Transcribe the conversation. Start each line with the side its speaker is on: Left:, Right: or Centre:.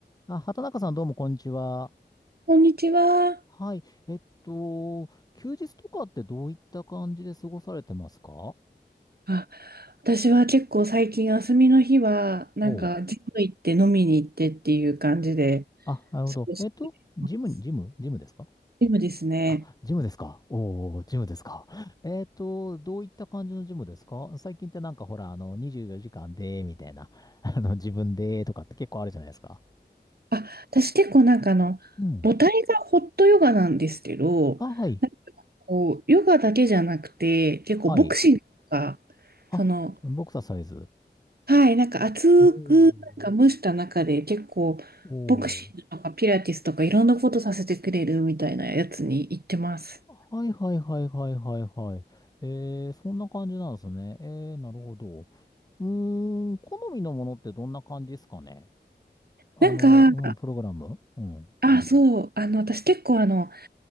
Left: あ、畑中さんどうもこんにちは。
Right: こんにちは。
Left: はい。えっと、休日とかってどういった感じで過ごされてますか
Right: あ、私は結構最近休みの日は、なんか、
Left: おう。
Right: ジム行って飲みに行ってっていう感じで、
Left: あ、なるほど。
Right: 過ごしています。
Left: えっと、ジムに、ジムジムですか
Right: ジムですね。
Left: あ、ジムですかおー、ジムですか。えっと、どういった感じのジムですか最近ってなんかほら、あの、24時間で、みたいな、<laughs> あの、自分で、とかって結構あるじゃないですか。
Right: あ、私結構なんかあの、
Left: うん。
Right: 母体がホットヨガなんですけど、
Left: あ、はい。
Right: なんかこう、ヨガだけじゃなくて、結構ボクシングとか、
Left: はい。あ、
Right: その、
Left: ボクササイズ。
Right: はい、なんか熱くなんか蒸した中で結構、
Left: おーお
Right: ボクシングとかピラティスとかいろんなことさせてくれるみたいなやつに行ってます。
Left: ーはいはいはいはいはいはい。えー、そんな感じなんですね。えー、なるほど。うーん、好みのものってどんな感じですかねあの、
Right: なんか、
Left: うん、プログラムうん。
Right: あ、そう、あの、私結構あの、